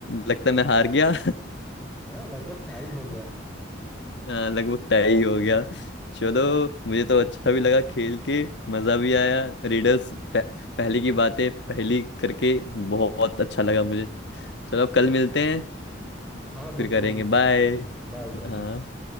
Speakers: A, on the left; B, in the centre.
A: लगता है मैं हार गया
B: हाँ, लगभग टाई
A: <laughs>
B: हो गया
A: हाँ लगभग तय ही हो गया चलो मुझे तो अच्छा भी लगा खेल के मज़ा भी आया रिडल्स पह, पहले की बातें पहली करके बहुत अच्छा लगा मुझे चलो अब कल मिलते हैं
B: हाँ बिल्कुल
A: फिर करेंगे
B: बिल्कुल
A: बाय
B: बिल्कुल बाय बाय
A: हाँ
B: बाय